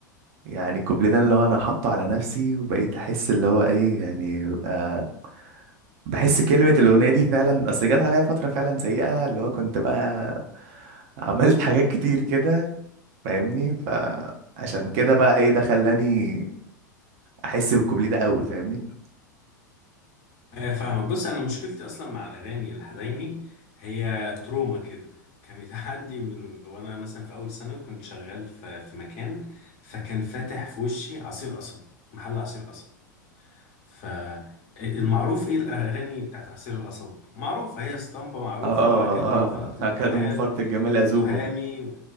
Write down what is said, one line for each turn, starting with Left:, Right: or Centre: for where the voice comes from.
Right: يعني الكوبليه ده اللي هو انا حاطه على نفسي وبقيت احس اللي هو ايه يعني آه بحس كلمه الاغنيه دي فعلا اصل جت عليا فتره فعلا سيئه اللي هو كنت بقى عملت حاجات كتير كده فاهمني فعشان كده بقى ايه ده خلاني احس بالكوبليه ده قوي فاهمني
Left: هي فاهمة بص انا مشكلتي اصلا مع الاغاني الحزيني هي تروما كده كانت <laughs> عندي من وانا مثلا في اول ثانوي كنت شغال في في مكان فكان فاتح في وشي عصير قصب محل عصير قصب فالمعروف ايه الاغاني بتاعت عصير القصب معروفة هي اسطمبة معروفة
Right: اه اه اه
Left: اكادوا من فرط الجمال
Right: آه. هكذا من فرط الجمال
Left: والتهامي
Right: اذوبه